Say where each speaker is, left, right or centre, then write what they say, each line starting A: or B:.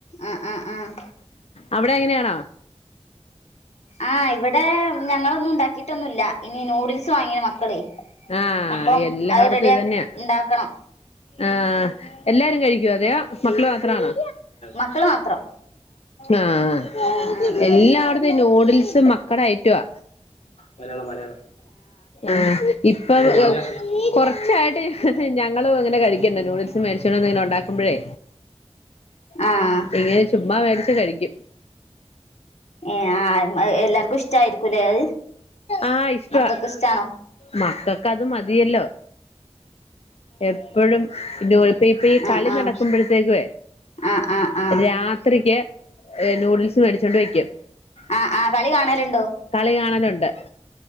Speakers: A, on the left; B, on the left.
A: ആഹ് ആഹ് ആഹ്
B: അവടെ അങ്ങനെയാണോ
A: ആഹ് ഇവടെ ഞങ്ങളൊന്നും ഒണ്ടാക്കി ന്നോ ഇല്ല്യ ഇന്ന് ന്യുഡിൽസ് വാങ്ങിയ മക്കള്
B: ആഹ്
A: അപ്പം
B: എല്ലായിടത്തും
A: അത് റെഡി
B: ഇത് തന്നെയാ
A: ഇണ്ടാക്കണം
B: ആഹ് എല്ലാരും കഴിക്കേയ്യോ അത് മക്കള് മാത്രണോ
A: മക്കള് മാത്രം
B: ആഹ്
A: ആഹ് ആഹ്
B: എല്ലാടത്തും ഈ ന്യൂഡിൽസും മക്കടേ <unintelligible> റ്റുവാ
A: മലയാളം മലയാളം
B: ആഹ് ഇപ്പം
A: ആഹ്
B: കൊറച്ചായിട്ട് ഞങ്ങളും ഇങ്ങനെ കഴിക്കണ്ട് ന്യൂഡിൽസ് മേടിച്ചേണ്ട് വന്ന് ഇങ്ങനെ ഒണ്ടാക്ക്മ്പാഴേ
A: ആഹ്
B: ഇങ്ങനെ ചുമ്മാ മേടിച്ച് കഴിക്കും
A: യെ ആഹ് എല്ലാർക്കും ഇഷ്ടമായിരിക്കും അല്ലേ അത്
B: ആഹ് ഇഷ്ടവാ
A: മക്കൾക്ക് ഇഷ്ടാണോ
B: മക്കക്ക് അത് മതിയല്ലോ എപ്പോഴും <unintelligible> ഈ കളി
A: ആഹ് ആഹ്
B: നടക്കുമ്പോഴത്തേക്കുവേ
A: ആഹ് ആഹ് ആഹ്
B: രാ ത്രിയ്ക്ക്യാ യെ ന്യൂഡിൽസ് മേടിച്ചോണ്ട് വെയ്ക്കും
A: ആഹ് ആഹ് കളി കാണലോണ്ടോ
B: കളി കാണലോണ്ട്